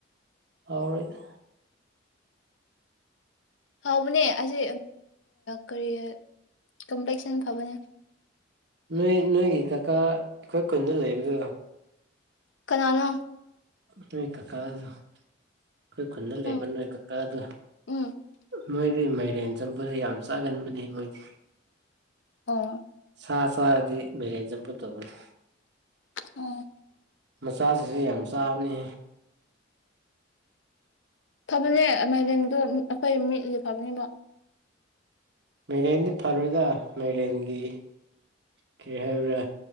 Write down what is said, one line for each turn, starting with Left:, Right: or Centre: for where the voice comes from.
Right: ꯍꯥꯎꯔꯣꯏꯗ
Left: ꯍꯥꯎꯕꯅꯦ ꯑꯁꯤ ꯀꯔꯤ ꯀꯝꯄ꯭ꯂꯦꯛꯁꯟ ꯐꯕꯅꯦ
Right: ꯅꯣꯏ ꯅꯣꯏꯒꯤ ꯀꯀꯥ ꯑꯩꯈꯣꯏ ꯈꯨꯟꯗ ꯂꯩꯕꯗꯣ
Left: ꯀꯅꯅꯣ
Right: ꯅꯣꯏ ꯀꯀꯥꯗꯨ ꯑꯩꯈꯣꯏ ꯈꯨꯟꯗ ꯂꯩꯕ
Left: ꯎꯝ
Right: ꯅꯣꯏ ꯀꯀꯥꯗꯣ
Left: ꯎꯝ
Right: ꯅꯣꯏꯗꯤ ꯃꯥꯏꯔꯦꯟ ꯆꯝꯐꯨꯠꯁꯦ ꯌꯥꯝ ꯆꯥꯒꯟꯕꯅꯦ ꯃꯣꯏꯗꯤ
Left: ꯑꯣ
Right: ꯁꯥ ꯆꯥꯔꯗꯤ ꯃꯥꯏꯔꯦꯟ ꯆꯝꯐꯨꯠꯇꯩꯒꯅꯤ
Left: ꯑꯣ
Right: ꯃꯆꯥꯁꯤꯡꯁꯨ ꯌꯥꯝ ꯆꯥꯕꯅꯤ
Left: ꯐꯕꯅꯦ ꯃꯥꯏꯔꯦꯟꯗꯣ ꯑꯩꯈꯣꯏ ꯃꯤꯠꯁꯦ ꯐꯕꯅꯦꯕ
Right: ꯃꯥꯏꯔꯦꯟꯗꯤ ꯐꯔꯣꯏꯗ ꯃꯥꯏꯔꯦꯟꯒꯤ ꯀꯔꯤ ꯍꯥꯏꯕ꯭ꯔꯥ